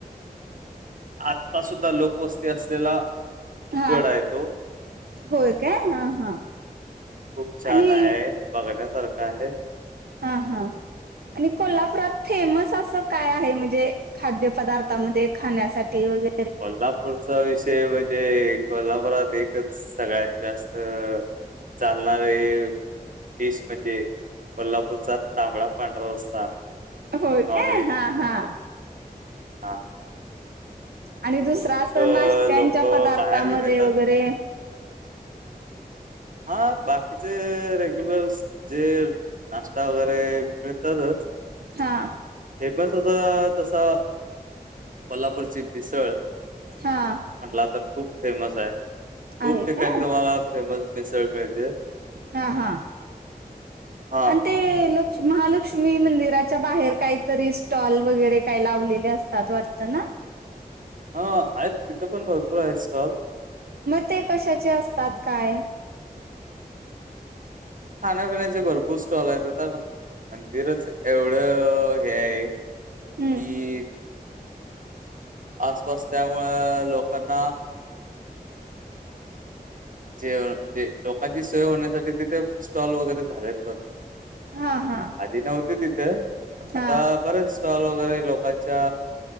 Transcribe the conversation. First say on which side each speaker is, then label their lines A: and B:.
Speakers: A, on the right; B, on the right.
A: आत्ता सुद्धा लोकवस्ती असलेला
B: हा
A: गड आहे तो
B: होय काय हा हा
A: खूप छान
B: आणि
A: आहे. बघण्यासारखा आहे.
B: हा हां आणि कोल्हापुरात फेमस असं काय आहे? म्हणजे खाद्य पदार्थामध्ये खाण्यासाठी वगै
A: कोल्हापूरचा विषय म्हणजे कोल्हापुरात एकच सगळ्यात जास्त चालणारी डिश म्हणजे कोल्हापूरचा तांबड पांढरा रस्सा.
B: होय
A: नॉनव्हेज
B: काय हा हा.
A: हा.
B: आणि दुसरा
A: खूप
B: असं नाश्त्यांच्या
A: लोक
B: पदार्थामध्ये
A: बाहेरून येतात
B: वगैरे
A: हा बाकीचे रेग्युलर जे नाश्ता वगैरे मिळतातचं.
B: हा.
A: फेमस असा तसा कोल्हापूरची मिसळ.
B: हा.
A: म्हटला तर खूप फेमस आहे खूप
B: आहे
A: ठिकाणी
B: का
A: तुम्हाला फेमस मिसळ मिळते.
B: हा हा
A: हा
B: आणि ते ल महालक्ष्मी मंदिराच्या बाहेर काहीतरी स्टॉल वगैरे काही लावलेले असतात वाटतं ना.
A: हा आहेत तिथं पण भरपूर आहेत स्टॉल.
B: मग ते कशाचे असतात काय?
A: खाण्यापिण्याचे भरपूर स्टॉल आहेत आता मंदिरच एवढं हे आहे.
B: हम्म.
A: की आसपास त्यामुळं लोकांना जेव म्हणजे लोकांची सोय होण्यासाठी तिथे स्टॉल वगैरे झालेत भरपूर.
B: हा हा.
A: आधी नव्हती तिथं पण
B: हा
A: आता बरेच स्टॉल वगैरे लोकांच्या